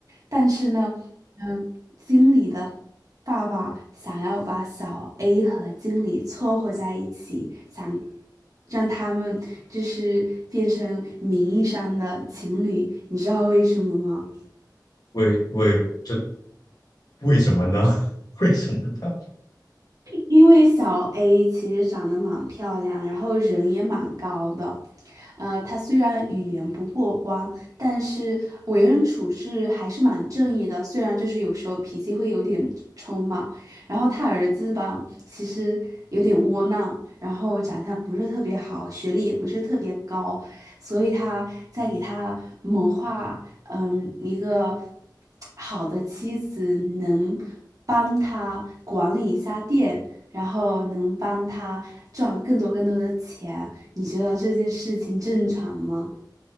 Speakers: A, on the right; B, on the left.
A: 但是呢。嗯。经理的爸爸想要把小 A 和经理撮合在一起，想让他们就是变成名义上的情侣，你知道为什么吗？
B: 为为这为什么呢？<laughs> 为什么呢？
A: 因为小 A 其实长得蛮漂亮，然后人也蛮高的，呃，她虽然语言不过关，但是为人处事还是蛮正义的，虽然就是有时候脾气会有点冲嘛。然后他儿子吧，其实有点窝囊，然后长相不是特别好，学历也不是特别高，所以他在给他谋划，嗯，一个好的妻子能帮他管理一下店，然后能帮他赚更多更多的钱。你觉得这件事情正常吗？